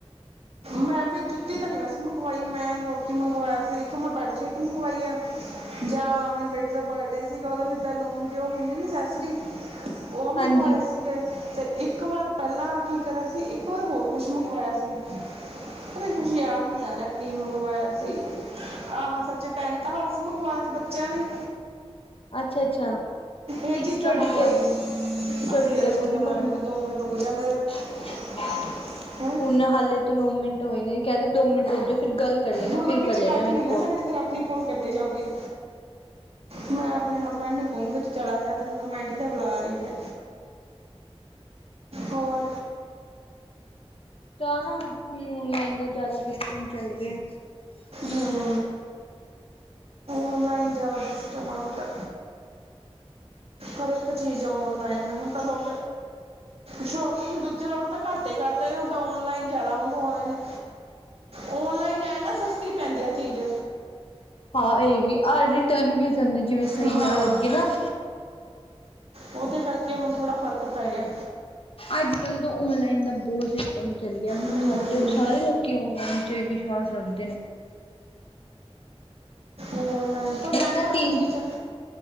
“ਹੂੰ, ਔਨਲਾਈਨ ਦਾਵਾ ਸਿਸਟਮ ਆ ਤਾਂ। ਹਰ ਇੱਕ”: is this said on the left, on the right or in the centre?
Right